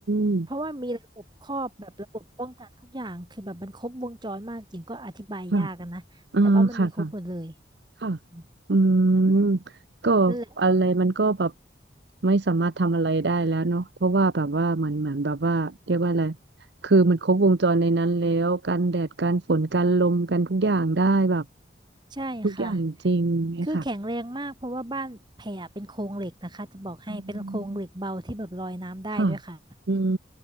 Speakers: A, on the right; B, on the right.
A: ม
B: เพราะว่ามีระบบครอบแบบระบบป้องกันทุกอย่างคือแบบมันครบวงจรมากจริงก็อธิบายยากอะนนะแต่ว่ามันมีครบหมดเลย
A: ค่ะเออค่ะค่ะ ค่ะ
B: อืม
A: อืมก็
B: นั่นแหละ
A: อะไรมันก็แบบไม่สามารถทำอะไรได้แล้วเนาะเพราะว่าแบบว่าเหมือนเหมือนแบบว่าเรียกว่าอะไรคือมันครบวงจรในนั้นแล้วกันแดดกันฝนกันลมกันทุกอย่างได้แบบ
B: ใช่ค่ะ
A: ทุกอย่างจริงเนี่ยค่ะ
B: คือแข็งแรงมากเพราะว่าบ้านแพรเป็นโครงเหล็กนะคะจะบอกให้เป็นโครงเหล็กเบาที่แบบลอยน้ำได้ด้วยค่ะ
A: อืมค่ะอืม